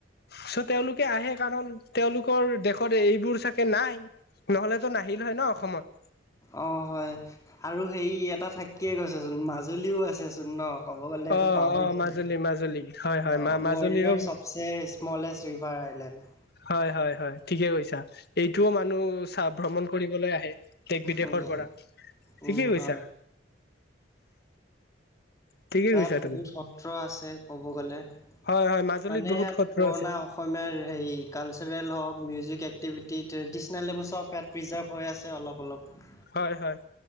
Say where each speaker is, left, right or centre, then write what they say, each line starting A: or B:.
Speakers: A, on the left; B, on the left.
A: চ' তেওঁলোকে আহে কাৰণ তেওঁলোকৰ দেশত এইবোৰ চাগে নাই, নহলেতো নাহিল হয় ন অসমত।
B: অ হয় আৰু হেৰি এটা থাকিয়ে গৈছেচোন মাজুলীও আছেচোন ন। ক'ব গ'লে এইটো
A: অ'
B: পাহৰিছিলোৱে,
A: অ' মাজুলী মাজুলী হয় হয়
B: অ
A: মা মাজুলীও
B: ৱৰ্ল্ডৰ চবচে স্মলেষ্ট ৰিভাৰ আইলেণ্ড।
A: হয় হয় হয় ঠিকে কৈছা এইটোও মানুহ চা ভ্ৰমণ কৰিবলৈ আহে। দেশ বিদেশৰ
B: উম,
A: পৰা ঠিকেই
B: উম,
A: কৈছা।
B: হয়।
A: ঠিকে কৈছা
B: ইয়াত
A: তুমি
B: বহুত সত্ৰ আছে ক'ব গলে। মানে
A: হয় হয় মাজুলীত বহুত
B: ইয়াত
A: সত্ৰ
B: পুৰণা
A: আছিল
B: অসমীয়াৰ হেৰি কালচাৰেল হওক মিউজিক এক্টিভিটি ট্ৰেডিচনেল এইবোৰ চব ইয়াত প্ৰিজাৰ্ভ হৈ আছে অলপ অলপ।
A: হয় হয়